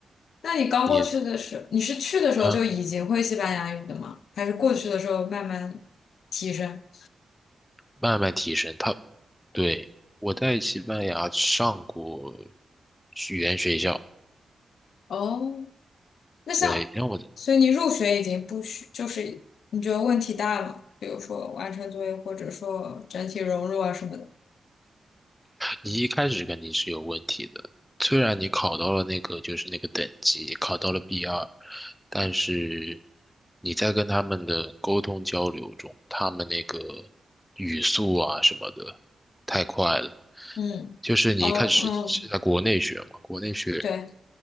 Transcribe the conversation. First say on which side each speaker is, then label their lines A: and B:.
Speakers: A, on the left (about 80°); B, in the centre.
A: 那你刚过去的时候，
B: 你
A: 你是去的时候就已经会西班牙语的吗？
B: 啊
A: 还是过去的时候慢慢提升？
B: 慢慢提升，他对，我在西班牙上过语言学校，
A: 哦，那像，
B: 对，让我
A: 所以你入学已经不需，就是你觉得问题大了，比如说完成作业，或者说整体融入啊什么的。
B: 你一开始肯定是有问题的。虽然你考到了那个就是那个等级，考到了 b 二，但是你在跟他们的沟通交流中，他们那个语速啊什么的太快了。
A: 嗯，
B: 就是你一开始是在国内学嘛，
A: 哦，嗯，
B: 国内学，
A: 对，